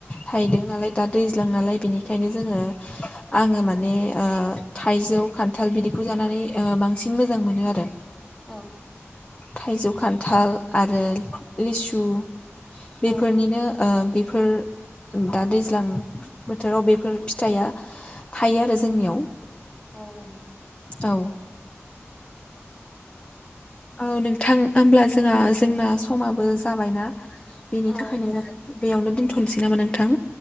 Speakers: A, on the left; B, in the centre.
A: थायदों नालाय दा दैज्लां नालाय बेनिखायनो जोङो आङो माने ओ थाइजौ खान्थाल बिदिखौ जानानै बांसिन मोजां मोनो आरो।
B: औ।
A: थाइजौ खान्थाल आरो लिसु बेफोरनिनो
B: औ
A: बेफोर दा दैज्लां बोथोराव बेफोर फिथाइया थायो आरो जोंनियाव।
B: औ औ।
A: औ औ नोंथां होमब्ला जोंहा जोंना समाबो बो जाबायना बेनि
B: औ
A: थाखायनो
B: नोंथां
A: बेयावनो दोनथ'नोसै नामा नोंथां?